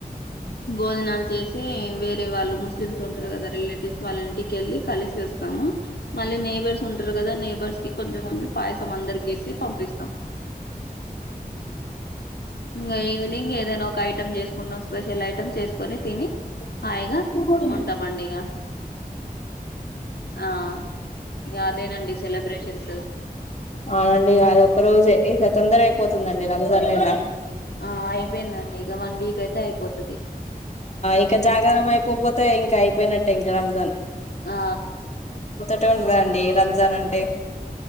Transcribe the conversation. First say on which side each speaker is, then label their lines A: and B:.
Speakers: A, on the left (about 85°); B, on the left (about 45°).
A: భోజనాలు చేసి వేరే వాళ్ళు ముస్లిమ్స్ ఉంటారు కదా రిలేటివ్స్ వాళ్ళ ఇంటికి వెళ్ళి కలిసి వస్తాము మళ్ళీ నేబర్స్ ఉంటారు కదా నేబర్స్ కి కొంచెం కొంచెం పాయసం అందరికసి పంపిస్తాం ఇంకా ఈవినింగ్ ఏదైనా ఒక ఐటెం చేసుకుంట స్పెషల్ ఐటమ్ చేసుకొని తిని హాయిగా
B: ఉమ్
A: ఉంటామండి ఇగ ఆ ఇగ అదేనండి సెలబ్రేషన్స్
B: అవునండి అది ఒక్క రోజే ఇక తొందర అయిపోతుందండి రంజాన్లా
A: ఆ అయిపోయిందండి ఇగ వన్ వీక్ అయితే అయిపోతది
B: ఇక జాగారం పోపోతే ఇంకా అయిపోయినట్టే ఇంకా రామ్జన్
A: ఆ
B: <unintelligible> కదండి రంజాన్ అంటే